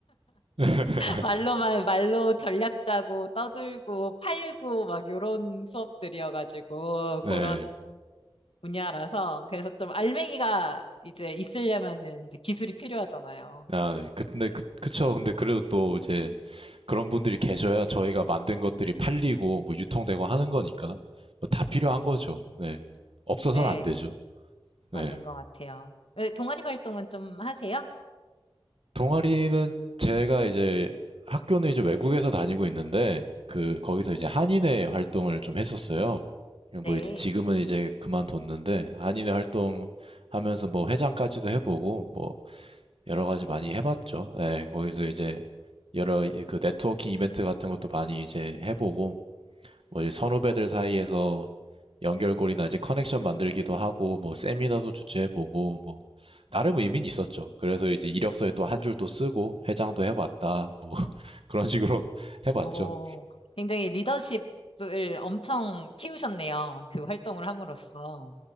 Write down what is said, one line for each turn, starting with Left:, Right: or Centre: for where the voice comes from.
Right: <laughs>
Left: 말로만 말로 전략 짜고 떠들고 팔고 막 요런 수업들이어가지고
Right: 네.
Left: 그런 분야라서 그래서 좀 알맹이가 이제 있으려면은 이제 기술이 필요하잖아요.
Right: 아, 네. 그- 근데
Left: 네,
Right: 그, 그쵸. 근데 그래도 또 이제 그런 분들이 계셔야 저희가 만든 것들이 팔리고 뭐 유통되고 하는 거니까 뭐다 필요한 거죠. 네. 없어서는
Left: 네,
Right: 안 되죠.
Left: 맞는
Right: 네.
Left: 것 같아요. 왜 동아리 활동은 좀 하세요?
Right: 동아리는 제가 이제 학교는 이제 외국에서 다니고 있는데 그 거기서 이제 한인회 활동을 좀 했었어요.
Left: 네.
Right: 뭐 이제 지금은 이제 그만뒀는데 한인회 활동 하면서 뭐 회장까지도 해보고 뭐 여러 가지 많이 해봤죠. 예, 거기서 이제 여러 이- 그 네트워킹 이벤트 같은 것도 많이 이제 해보고 뭐 이제 선후배들 사이에서 연결고리나 이제 커넥션 만들기도 하고 뭐 세미나도 주최해보고 뭐 나름 의미는 있었죠. 그래서 이제 이력서에 또 한 줄 또 쓰고 회장도 해봤다 뭐 <laughs> 그런 식으로 <laughs> 해봤죠.
Left: 오, 굉장히 리더십을 엄청 키우셨네요. 그 활동을 함으로써.